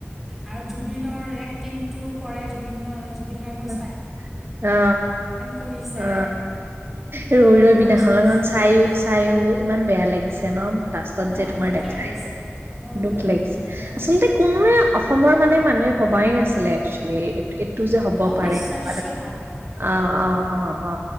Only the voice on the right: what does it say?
অ', অ, অ,
অ, এহ ৰৈ
ৰৈ
বিনানেখন
চাই চাই অ, ইমান বেয়া লগি চেন মই লাষ্টত
যে তোমাৰ
দেখা
যে
দুখ
লাগিছে
আচলতে কোনোৱে অস অসমৰ মানে মানুহে ভবাই নাছিলে একচলি এই এইটো যে হ'ব
পাৰে এনেকুৱা
<unintelligible> অ অ অ অ